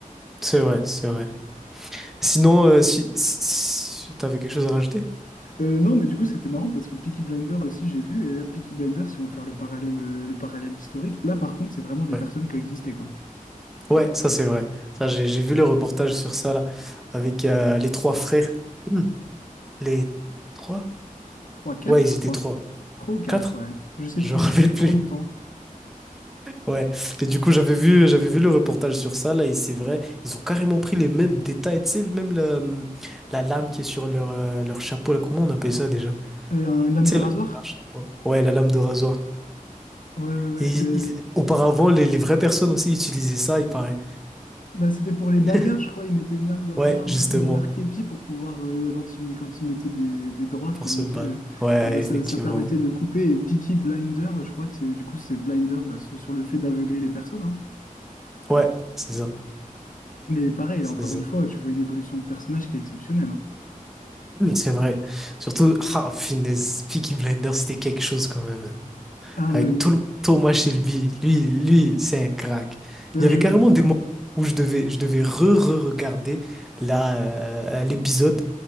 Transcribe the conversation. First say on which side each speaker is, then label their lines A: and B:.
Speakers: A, in the centre; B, on the left.
A: C'est vrai, c'est vrai. Sinon, euh, si, si si t'avais quelque chose à rajouter?
B: Euh, non, mais du coup, c'était marrant parce que Peaky Blinders aussi, j'ai vu. Et là, Peaky Blinders, si on veut faire le parallèle, euh, le parallèle historique, là, par contre, c'est vraiment des
A: Ouais.
B: personnes qui ont existé, quoi.
A: Ouais, ça c'est vrai. Ça, j'ai j'ai vu le reportage sur ça là, avec euh, les trois frères. Hmm. Les trois?
B: trois 4
A: Ouais, ils
B: je crois.
A: étaient trois.
B: trois ou 4
A: Quatre?
B: ouais.
A: <laughs>
B: Je sais
A: Je
B: plus,
A: me rappelle
B: ça fait
A: plus.
B: trop longtemps.
A: Ouais. Et du coup, j'avais vu, j'avais vu le reportage sur ça là, et c'est vrai, ils ont carrément pris les mêmes détails, tu sais, le même la, la lame qui est sur leur, euh, leur chapeau là. Comment on appelle ça déjà?
B: Euh, un- une lame
A: Tu
B: de
A: sais,
B: rasoir?
A: le- leur chapeau. Ouais, la lame de rasoir.
B: Ouais, ouais, ouais.
A: Et ils-
B: euh,
A: ils- auparavant, les, les vraies personnes aussi utilisaient ça, il paraît.
B: bah, c'était pour les
A: <laughs>
B: bagarres, je crois. Ils mettaient une lame de rasoir,
A: Ouais, justement,
B: du coup, dans leur képi pour pouvoir, euh, quand ils, quand ils mettaient des, des droites,
A: pour
B: comme
A: se
B: on
A: battre.
B: dit, euh,
A: Ouais,
B: et ben ça,
A: effectivement.
B: ça permettait
A: Ouais,
B: de couper. Et Peaky Blinder, je crois que c'est, du coup, c'est Blinder, bah, c'est sur le fait d'aveugler les personnes, hein.
A: Ouais, c'est ça.
B: Mais pareil,
A: C'est
B: encore
A: ça.
B: une fois, tu vois une évolution de personnage qui est exceptionnelle. hein.
A: Mm, C'est vrai. Surtout, ah, finesse, Peaky Blinders, c'était quelque chose quand même. hein.
B: Ah,
A: Avec
B: mais
A: tout le Thomas Shelby, lui, lui, c'est un crack.
B: euh,
A: Il y avait
B: je...
A: carrément des moments où je devais, je devais re-re-regarder la, euh, l'épisode